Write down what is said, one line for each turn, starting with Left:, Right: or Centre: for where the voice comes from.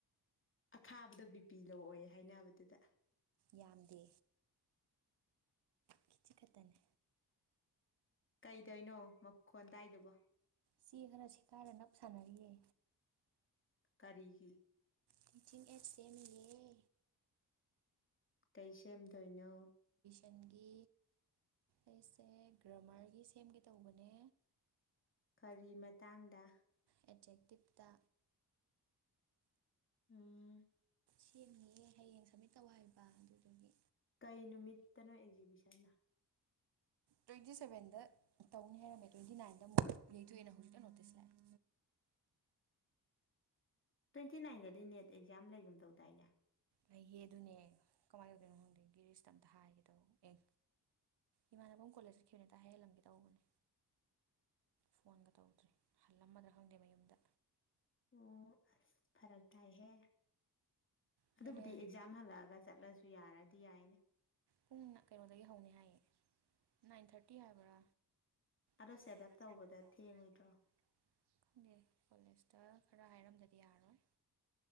Left: ꯑꯈꯥꯕꯗꯣ ꯕꯤꯄꯤ ꯂꯣ ꯑꯣꯏ ꯍꯥꯏꯅꯕꯗꯨꯗ
Right: ꯌꯥꯝꯗꯦ ꯈꯤꯖꯤꯛ ꯈꯛꯇꯅꯦ
Left: ꯀꯩꯗꯩꯅꯣ ꯃꯈꯣꯟ ꯇꯥꯏꯗꯨꯕꯣ
Right: ꯆꯦ ꯈꯔ ꯁꯤꯊꯥꯔ ꯅꯞ ꯁꯥꯟꯅꯔꯤꯌꯦ
Left: ꯀꯔꯤꯒꯤ
Right: ꯇꯤꯆꯤꯡ ꯑꯦꯠꯁ ꯁꯦꯝꯃꯤꯌꯦ
Left: ꯀꯩ ꯁꯦꯝꯗꯣꯏꯅꯣ
Right: ꯑꯦꯟꯒꯤ ꯑꯩꯁꯦ ꯒ꯭ꯔꯥꯃꯔꯒꯤ ꯁꯦꯝꯒꯦ ꯇꯧꯕꯅꯦ
Left: ꯀꯔꯤ ꯃꯇꯥꯡꯗ
Right: ꯑꯦꯇ꯭ꯔꯦꯛꯇꯤꯞꯇ
Left: ꯎꯝ
Right: ꯁꯦꯝꯃꯤꯌꯦ ꯍꯌꯦꯡ ꯁꯝꯃꯤꯠ ꯇꯧ ꯍꯥꯏꯕ ꯑꯗꯨꯗꯨꯒꯤ
Left: ꯀꯩ ꯅꯨꯃꯤꯠꯇꯅꯣ ꯑꯦꯛꯖꯤꯕꯤꯁꯟꯅ
Right: ꯇꯣꯏꯋꯟꯇꯤ ꯁꯕꯦꯟꯗ ꯇꯧꯅꯤ ꯍꯥꯏꯔꯝꯃꯦ ꯇꯣꯏꯋꯟꯇꯤ ꯅꯥꯏꯟꯗ ꯑꯃꯨꯛ ꯌꯩꯊꯣꯛꯑꯦꯅ ꯍꯧꯖꯤꯛꯇ ꯅꯣꯇꯤꯁ ꯂꯥꯛꯑꯦ
Left: ꯇ꯭ꯋꯦꯟꯇꯤ ꯅꯥꯏꯟꯒꯗꯤ ꯅꯦꯠ ꯑꯦꯛꯖꯥꯝ ꯂꯩꯒꯨꯝ ꯇꯧꯗꯥꯏꯅꯦ
Right: ꯂꯩꯌꯦ ꯑꯗꯨꯅꯦ ꯀꯃꯥꯏꯟ ꯇꯧꯗꯣꯏꯅꯣ ꯈꯪꯗꯦ ꯒꯤꯔꯤꯁ ꯑꯝꯇꯥ ꯍꯥꯏꯒꯦ ꯇꯧꯕ ꯑꯦ ꯏꯃꯥꯟꯅꯕ ꯀꯣꯂꯦꯖ ꯆꯠꯈꯤꯕꯅꯤ ꯑꯝꯇ ꯍꯥꯏꯍꯜꯂꯝꯒꯦ ꯇꯧꯕꯅꯦ ꯐꯣꯟꯒ ꯇꯧꯗ꯭ꯔꯦ ꯍꯜꯂꯝꯃꯗ꯭ꯔꯥ ꯈꯪꯗꯦ ꯃꯌꯨꯝꯗ
Left: ꯑꯣ ꯐꯔꯛ ꯇꯥꯏꯍꯦ
Right: ꯑꯗꯨꯅꯦ
Left: ꯑꯗꯨꯕꯨꯗꯤ ꯑꯦꯛꯖꯥꯝ ꯍꯜꯂꯛꯑꯒ ꯆꯠꯂꯁꯨ ꯌꯥꯔꯗꯤ ꯌꯥꯏꯅꯦ
Right: ꯄꯨꯡ ꯀꯩꯅꯣꯗꯒꯤ ꯍꯧꯅꯤ ꯍꯥꯏꯌꯦ ꯅꯥꯏꯟ ꯊꯥꯔꯇꯤ ꯍꯥꯏꯕ꯭ꯔꯥ
Left: ꯑꯗꯣ
Right: <unintelligible>
Left: ꯁꯦꯠ ꯑꯞ ꯇꯧꯕꯗ ꯊꯦꯡꯉꯣꯏꯗ꯭ꯔꯣ
Right: ꯀꯣꯂꯦꯁꯇ ꯈꯔ ꯍꯥꯏ ꯔꯝꯗꯗꯤ ꯌꯥꯔꯔꯣꯏ